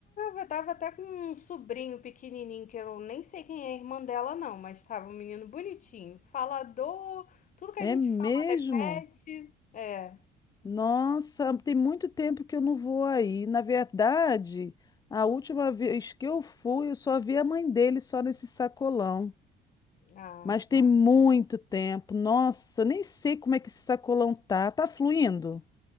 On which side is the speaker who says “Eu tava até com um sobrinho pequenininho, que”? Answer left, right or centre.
Left